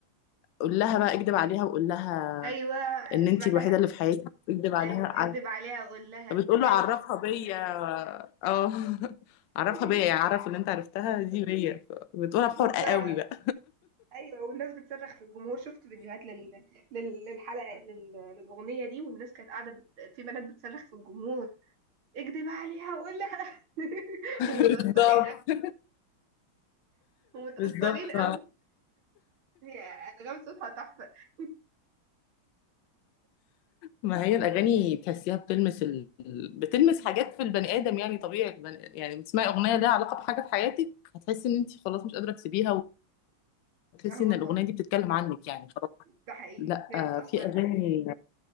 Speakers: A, on the left; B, on the right.
A: قول لها بقى اكدب عليها وقول لها
B: ايوه
A: ان
B: سمعتها
A: انت الوحيده اللي في حياتي اكدب عليها
B: ايوه اكدب عليها وقول لها
A: فبتقول
B: ايوه
A: له عرفها بيا اه <laughs> عرفها
B: <laughs>
A: بيا يعني عرف اللي انت عرفتها دي بيا بتقولها بحرقة
B: كنت سامعة
A: قوي بقى
B: ايوه والناس بتصرخ في الجمهور شفت فيديوهات لل... لل... للحلقه لل... للاغنيه دي والناس كانت قاعده بت... في بنات بتصرخ في الجمهور اكدب عليها وقول لها <laughs> ومتاثرين
A: بالظبط
B: ومتاثرين
A: بالظبط
B: قوي
A: <laughs>
B: هي انغام صوتها تحفه <laughs>
A: ما هي الاغاني بتحسيها بتلمس ال... بتلمس حاجات في البني ادم يعني طبيعي البني... يعني بتسمعي اغنيه ليها علاقه بحاجه في حياتك هتحسي ان انت خلاص مش قادره تسيبيها وتحسي
B: اه
A: ان
B: والله
A: الاغنيه دي بتتكلم عنك يعني خلاص
B: ده حقيقي
A: لا
B: هي
A: آه،
B: بتاثر
A: في اغاني
B: بقى